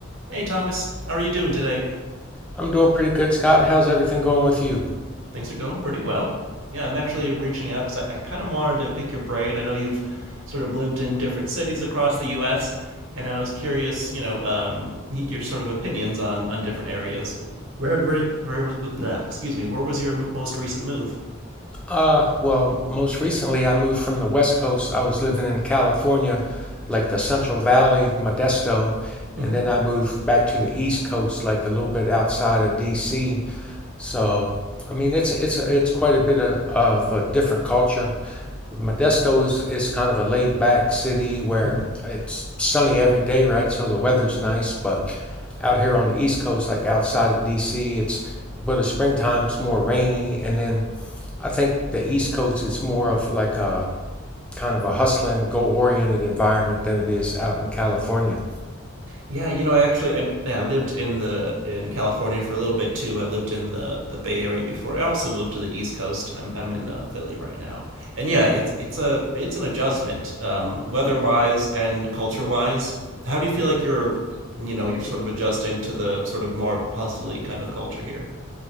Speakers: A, on the right; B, in the centre.
A: Hey, Thomas, how are you doing today?
B: I'm doing pretty good, Scott. How's everything going with you?
A: Things are going pretty well. Yeah, I'm actually reaching out because I, I kind of wanted to pick your brain. I know you've sort of lived in different cities across the U.S., and I was curious, you know, um, your sort of opinions on on different areas. Where, where, where was? bleh, excuse me. Where was your m- most recent move?
B: Uh, well, most recently I moved from the West Coast. I was living in California, like the Central Valley, Modesto,
A: hmm
B: and then I moved back to the East Coast, like a little bit outside of DC. So, I mean, it's it's it's quite a bit of, of a different culture. Modesto is is kind of a laid back city where
A: hmm
B: it's sunny every day, right? So the weather's nice, but out here on the East Coast, like outside of DC, it's but the springtime's more rainy, and then I think the East Coast is more of like a kind of a hustling, goal oriented environment than it is out in California.
A: Yeah, you know, I actually I, yeah, I lived in the in California for a little bit too. I lived in the the Bay Area before. I also moved to the East Coast. I'm I'm in uh, Philly right now, and yeah, it's it's a it's an adjustment, um, weather wise and culture wise. How do you feel like you're you know you're sort of adjusting to the sort of more hustly kind of culture here?